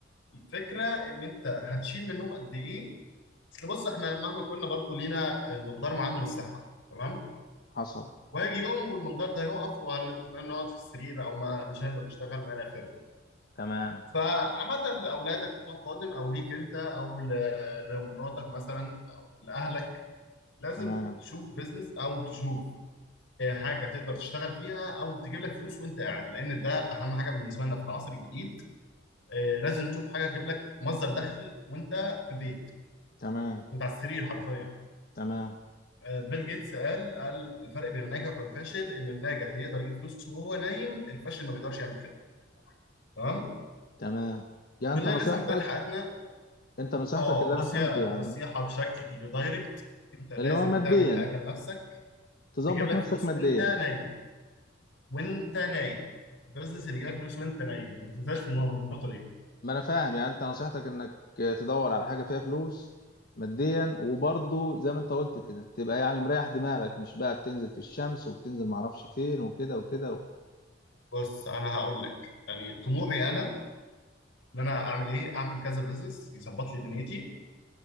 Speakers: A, on the left; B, on the left.
A: الفكره ان انت هتشيل منهم قد ايه اصل بص احنا مهما كنا برضو لينا آه، مقدار معين من الصحه تمام
B: حصل
A: وهيجي يوم والمقدار ده هيقف وهنقعد في السرير او ما مش هنقدر نشتغل ما الى اخره
B: تمام
A: فعامة لأولادك يوم قادم أو ليك أنت أو ل- لمراتك مثلا أو لأهلك لازم
B: تمام
A: تشوف بيزنس أو تشوف آه، حاجة تقدر تشتغل فيها أو تجيب لك فلوس وأنت قاعد لأن ده أهم حاجة بالنسبة لنا في العصر الجديد آه، لازم تشوف حاجة تجيب لك مصدر دخل وأنت في البيت
B: تمام
A: وأنت على السرير حرفيا
B: تمام
A: آه، بيل جيتس قال قال الفرق بين الناجح والفاشل إن الناجح يقدر يجيب فلوس وهو نايم الفاشل ما بيقدرش يعمل كده تمام
B: تمام يعني
A: كلنا
B: انت نصيحتك
A: لسه في بداية حياتنا
B: انت نصيحتك
A: اه
B: اللي
A: بص
B: انا فهمته
A: يا النصيحة
B: يعني
A: بشكل دايركت انت لازم
B: اللي هو ماديا
A: تعمل حاجه لنفسك
B: تظبط
A: تجيب لك
B: نفسك
A: فلوس
B: ماديا
A: وانت نايم وانت نايم البزنس اللي يجيب لك فلوس وانت نايم ما تنساش في النقطه النقطة دي
B: ما انا فاهم يعني انت نصيحتك انك تدور على حاجة فيها فلوس ماديا وبرضه زي ما انت قلت كده تبقى يعني مريح دماغك مش بقى بتنزل في الشمس وبتنزل معرفش فين وكده وكده و...
A: بص انا هقول لك يعني طموحي انا ان انا اعمل ايه اعمل كذا بزنس يظبط لي دنيتي